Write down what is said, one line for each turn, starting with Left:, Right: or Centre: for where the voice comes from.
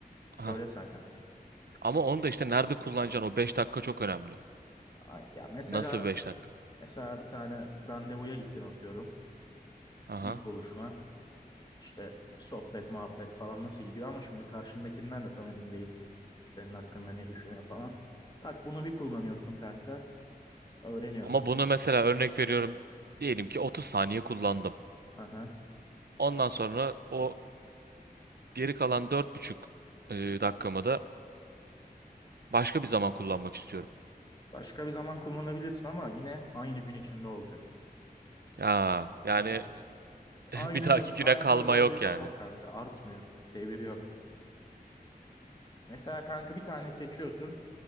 Left: söylesen
Right: ha
Left: kanka.
Right: ama onu da işte nerede kullanacaksın o beş dakika çok önemli.
Left: Aynen. Ya mesela
Right: Nasıl 5 dakika?
Left: mesela bir tane randevuya gittin atıyorum.
Right: Aha.
Left: İlk buluşma. İşte sohbet, muhabbet falan nasıl gidiyor ama şimdi karşındakinden de tam emin değilsin. Senin hakkında ne düşünüyor falan. Tak bunu bir kullanıyorsun kanka. Öğreniyorsun.
Right: Ama bunu mesela örnek veriyorum. Diyelim ki 30 saniye kullandım.
Left: Aha.
Right: Ondan sonra o geri kalan 4,5 e, dakikamı da başka bir zaman kullanmak istiyorum.
Left: Başka bir zaman kullanabilirsin ama yine aynı gün içinde olacak.
Right: Ya yani
Left: Mesela
Right: <laughs>
Left: aynı
Right: Bir dahaki
Left: öz-
Right: güne
Left: aynı
Right: kalma
Left: özelliği
Right: yok yani.
Left: yok kanka artmıyor. Devir yok. Mesela kanka bir tane seçiyorsun.